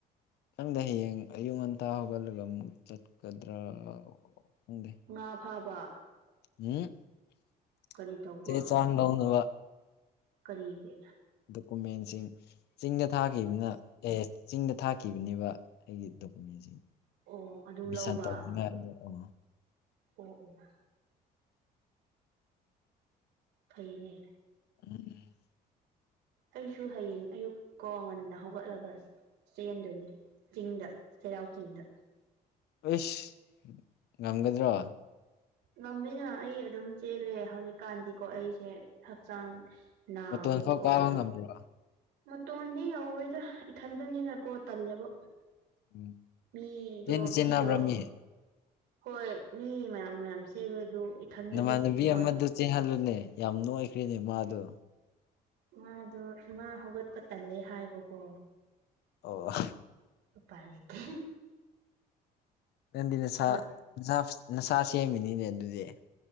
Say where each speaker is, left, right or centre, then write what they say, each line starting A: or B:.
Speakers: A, on the left; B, on the right.
A: ꯈꯪꯗꯦ ꯍꯌꯦꯡ ꯑꯌꯨꯛ ꯉꯟꯇꯥ ꯍꯧꯒꯠꯂꯒ ꯑꯃꯨꯛ ꯆꯠꯀꯗ꯭ꯔꯥ ꯈꯪꯗꯦ
B: ꯉꯥ ꯐꯥꯕ
A: <unintelligible>
B: ꯀꯔꯤ ꯇꯧꯕ
A: ꯆꯦ ꯆꯥꯡ ꯂꯧꯅꯕ
B: ꯀꯔꯤꯒꯤ
A: ꯗꯣꯀꯨꯃꯦꯟꯁꯤꯡ ꯆꯤꯡꯗ ꯊꯥꯈꯤꯕꯅ ꯑꯦꯁ ꯆꯤꯡꯗ ꯊꯥꯛꯈꯤꯕꯅꯦꯕ ꯑꯩꯒꯤ ꯗꯣꯀꯨꯃꯦꯟ
B: ꯑꯣ ꯑꯗꯨ
A: ꯃꯤꯁꯥꯟ
B: ꯂꯧꯕ
A: <unintelligible> ꯑꯗꯣ ꯑ
B: ꯑꯣ ꯎꯝ ꯐꯩꯅꯦ
A: ꯎꯝ
B: ꯑꯩꯁꯨ ꯍꯌꯦꯡ ꯑꯌꯨꯛ ꯀꯣ ꯉꯟꯗ ꯍꯧꯒꯠꯂꯒ ꯆꯦꯟꯗꯣꯏꯅꯤ ꯆꯤꯡꯗ ꯆꯩꯔꯥꯎ ꯆꯤꯡꯗ
A: ꯑꯦꯁ ꯉꯝꯒꯗ꯭ꯔꯣ
B: ꯉꯝꯃꯤꯅ ꯑꯩ ꯑꯗꯨꯝ ꯆꯦꯜꯂꯦ ꯍꯧꯖꯤꯛꯀꯥꯟꯗꯤꯀꯣ ꯑꯩꯁꯦ ꯍꯛꯆꯥꯡ ꯅꯥꯕꯒꯤꯀꯣ
A: ꯃꯇꯣꯟ ꯐꯥꯎ ꯀꯥꯕ
B: ꯑꯩ
A: ꯉꯝꯕ꯭ꯔꯣ
B: ꯃꯇꯣꯟꯗꯤ ꯌꯧꯔꯣꯏꯗ ꯏꯊꯟꯗꯅꯤꯅꯀꯣ ꯇꯜꯂꯦꯕ
A: ꯎꯝ
B: ꯃꯤꯗꯣ
A: ꯆꯦꯟꯗꯤ ꯆꯦꯟꯅꯕ꯭ꯔꯥ
B: ꯃꯤꯗꯣ
A: ꯃꯤ
B: ꯍꯣꯏ ꯃꯤ ꯃꯌꯥꯝ ꯃꯌꯥꯝ ꯆꯦꯜꯂꯦ ꯑꯗꯨ ꯏꯊꯟꯗꯗꯤ
A: ꯅꯃꯥꯟꯅꯕꯤ
B: ꯅꯨꯡꯉꯥꯏ
A: ꯑꯃꯗꯨ ꯆꯦꯟꯍꯜꯂꯨꯅꯦ ꯌꯥꯝ ꯅꯣꯏꯈ꯭ꯔꯦꯅꯦ ꯃꯥꯗꯣ
B: ꯃꯥꯗꯣ ꯃꯥ ꯍꯧꯒꯠꯄ ꯇꯜꯂꯦ ꯍꯥꯏꯕꯀꯣ
A: ꯑꯣ
B: ꯎꯄꯥꯏ ꯂꯩꯇꯦ
A: ꯅꯪꯗꯤ ꯅꯁꯥ
B: ꯍꯧꯒꯠ
A: ꯅꯁꯥ ꯁꯦꯝꯃꯤꯅꯤꯅꯦ ꯑꯗꯨꯗꯤ